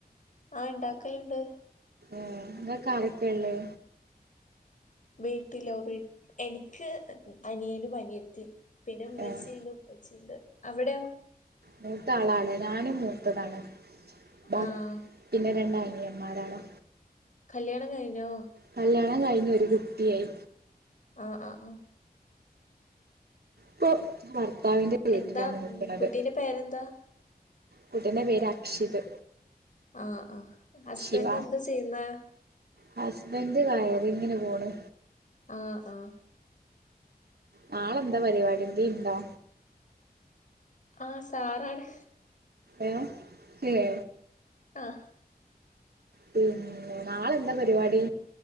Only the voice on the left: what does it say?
ആ ഇണ്ടാക്കൽണ്ട്
വീട്ടിലോ വിട് എനിക്ക് അനിയനും അനിയത്ത്യും പിന്നെ മ്മച്ചിണ്ട്
ഉപ്പച്ചിണ്ട് അവിടെയോ
ആഹ്
കല്യാണം കഴിഞ്ഞോ
ആ ആ ആഹ്
എന്താ
ഉം കുട്ടീന്റെ പേരെന്താ
ആഹ് ആഹ് ഹസ്ബൻഡ്
എന്താ ചെയ്യുന്നെ
ആഹ് ആഹ്
ആഹ് സാറാണ്
ആഹ്